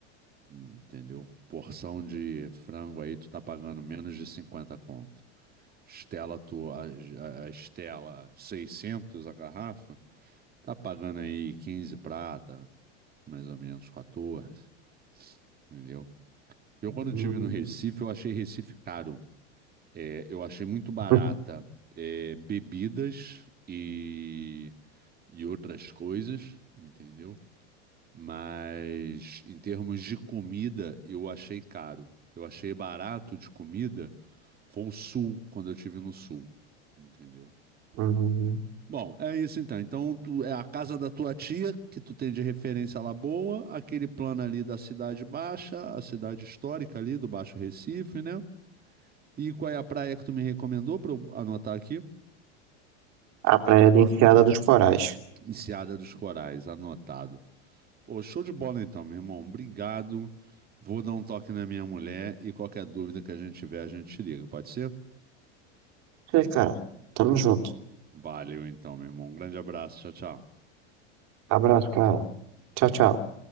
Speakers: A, on the right (about 25°); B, on the right (about 50°).
A: entendeu? Porção de frango aí, tu tá pagando menos de 50 conto. Stella, tu, a, a a Stella 600, a garrafa, tá pagando aí 15 prata, mais ou menos 14, entendeu? Eu, quando
B: Hum.
A: estive no Recife, eu achei Recife caro. É, eu achei muito barata,
B: <laughs>
A: é, bebidas e, e outras coisas, entendeu? Mas em termos de comida, eu achei caro. Eu achei barato de comida, foi o sul, quando eu estive no sul, entendeu?
B: Hum.
A: Bom, é isso então. Então, tu- é a casa da tua tia, que tu tem de referência lá boa, aquele plano ali da Cidade Baixa, a cidade histórica ali do Baixo Recife, né? E qual é a praia que tu me recomendou para eu anotar aqui?
B: à Praia de Enseada dos Corais.
A: Enseada dos Corais, anotado. Pô, show de bola então, meu irmão. Obrigado. Vou dar um toque na minha mulher e qualquer dúvida que a gente tiver, a gente te liga, pode ser?
B: É, cara. Tamo junto.
A: Valeu então, meu irmão. Um grande abraço. Tchau, tchau.
B: Abraço, cara. Tchau, tchau.